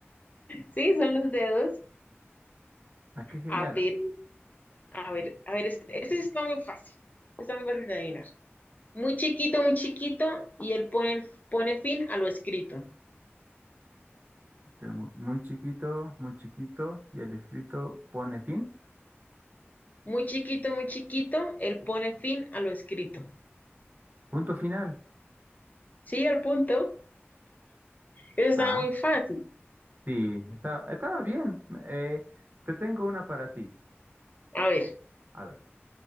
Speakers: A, on the left; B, on the right.
A: Sí, son los dedos.
B: Ah, qué genial.
A: A ver, a ver, a ver, este, este está muy fácil. Está muy fácil de adivinar. Muy chiquito, muy chiquito, y él pone, pone fin a lo escrito.
B: Tengo Muy chiquito, muy chiquito. Y el escrito pone fin.
A: Muy chiquito, muy chiquito, él pone fin a lo escrito.
B: Punto final.
A: Sí, al punto. Eso está
B: Ah,
A: muy fácil.
B: sí. Estaba, estaba bien. Eh, te tengo una para ti.
A: A ver,
B: A ver.